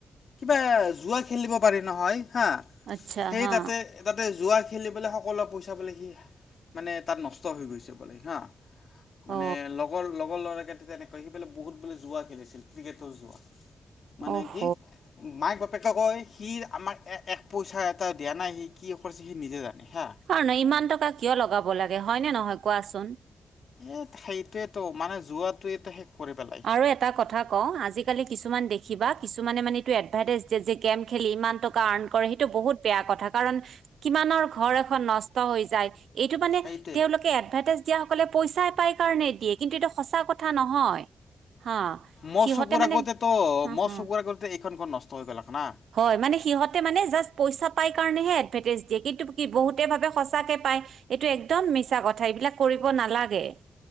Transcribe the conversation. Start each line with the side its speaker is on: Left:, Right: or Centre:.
Left: কিবা জোৱা খেলিব পাৰি নহয়, হা
Right: আচ্ছা
Left: সেই
Right: হা
Left: তাতে তাতে যোৱা খেলি পেললে সকলোৱে পইচা পাললে কি মানে তাত নষ্ট হৈ গৈছে বোলে হা। মানে
Right: অ
Left: লগৰ লগৰ ল'ৰাকে তেনেকৈ সেইফেলে বহুত বোলে জোৱা খেলিছিল। ক্ৰিকেটত যোৱা মানে
Right: অহ
Left: কি মাইক বাপেকে কয় সি আমাৰ এক পইচা এটা দিয়া নাই সি কি কৰিছে সি নিজে জানে হা।
Right: কাৰ নহয় ইমান টকা কিয় লগাব লাগে হয়নে নহয় কোৱাচোন।
Left: এই সেইটোয়েতটো মানে যোৱাটোয়েতো শেষ কৰি পেলায়।
Right: আৰু এটা কথা কওঁ আজিকালি কিছুমান দেখিবা কিছুমানে মানে এইটো এডভাৰটাইজ গেম খেলি ইমান টকাৰ্ কৰে সেইটো বহুত বেয়া কথা কাৰণ কিমানৰ ঘৰ এখন নষ্ট হৈ যায়, এইটো মানে
Left: সেইটোৱে
Right: তেওঁলোকে তে এডভাৰটাইজ দিয়াাসকলে পইচাই পাই কাৰণে দিয়ে কিন্তু এইটো সঁচা কথা নহয়, হা।
Left: মই
Right: সিহঁতে
Left: চকুৰ
Right: মানে
Left: আগতে তো
Right: হা
Left: মোৰ
Right: হা
Left: চকুৰ আগতে এইখন নষ্ট হৈ গলাক না।
Right: হয় মানে, সিহঁতে মানে জাষ্ট পইচা পাই কাৰণেহে এডভাৰটাইজ দিয়ে কিন্তু কি বহুতে ভাৱে সঁচাকৈ পায়। এইটো একদম মিছা কথা এইবিলাক কৰিব নালাগে।